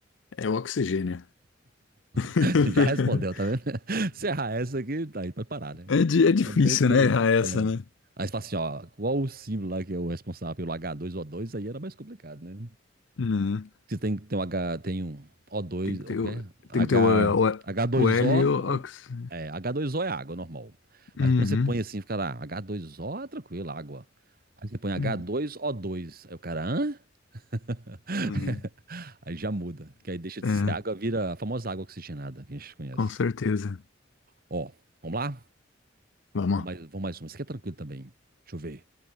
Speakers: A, on the left; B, on the right.
A: é o oxigênio. <laughs>
B: <laughs> Já respondeu, tá vendo? <laughs> Se errar essa aqui, tá aí, pode parar, né?
A: É, di- é difícil,
B: É bem tranquilo.
A: né? Errar essa, né?
B: Aí você fala assim, ó, qual o símbolo lá que é o responsável pelo h dois o dois Aí era mais complicado, né?
A: Né?
B: que tem, tem um H, tem um o dois
A: Tem que
B: o
A: ter,
B: quê?
A: o-
B: H,
A: tem que ter o, o,
B: H2O,
A: o L e o Ox.
B: é, h dois o é água normal. Mas
A: Uhum.
B: quando você põe assim, fica lá, h dois o é tranquilo, água. Aí você põe h
A: Hum.
B: dois o dois aí o cara, hã? <laughs>
A: Uhum.
B: Aí já muda, que aí deixa de
A: É,
B: ser água, vira a famosa água oxigenada que a gente conhece.
A: com certeza.
B: Ó, vamos lá?
A: Vamos.
B: Vamos mais, vamos mais uma. Essa aqui é tranquilo também. Deixa eu ver.